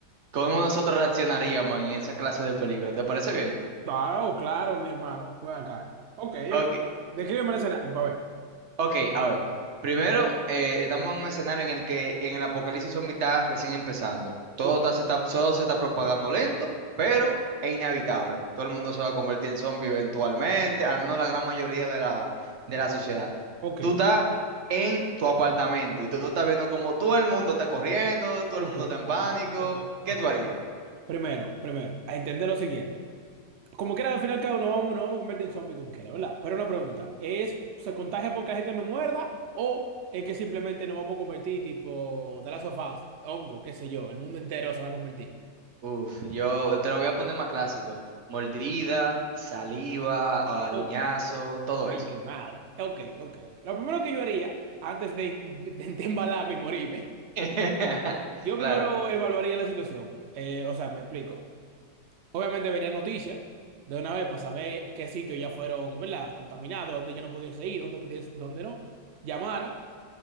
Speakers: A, on the right; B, on the right.
A: cómo nosotros reaccionaríamos en esa clase de película? ¿Te parece bien?
B: Ah, oh, claro, mi hermano. Ven acá. Ok,
A: Ok.
B: ok. Descríbeme el escenario para ver.
A: Ok, a ver. Primero, eh, estamos en un escenario en el que en el apocalipsis son mitad recién empezando. Todo
B: Ok,
A: está- se está, todo se está propagando lento, pero es inevitable. Todo el mundo se va a convertir en zombie eventualmente, al menos la gran mayoría de la, de la sociedad.
B: ok,
A: Tú estás en tu apartamento y tú estás viendo como todo el mundo está corriendo, todo
B: ok,
A: el mundo está en
B: ok,
A: pánico.
B: ok,
A: ¿Qué
B: ok.
A: tú harías?
B: Primero, primero, a entender lo siguiente. Como quiera, al final, cada uno vamos, nos vamos a convertir en zombie como quiera, ¿verdad? Pero una pregunta, ¿es, se contagia porque la gente me muerda o es que simplemente nos vamos a convertir tipo The Last of Us, hongo, qué sé yo, el mundo entero se va a convertir?
A: Uf, yo te lo voy a poner más clásico. Mordida, saliva, aruñazo,
B: Ok,
A: todo eso.
B: Ay, mi madre. Ok, ok, ok. Lo primero que yo haría, antes de, in- de- de embalarme y morirme,
A: <laughs>
B: yo
A: Claro.
B: primero evaluaría la situación. Eh, o sea, me explico. Obviamente vería noticias de una vez para saber qué sitios ya fueron, ¿verdad? Contaminados, dónde yo no pudiese ir, dónde pudiese, dónde no. Llamara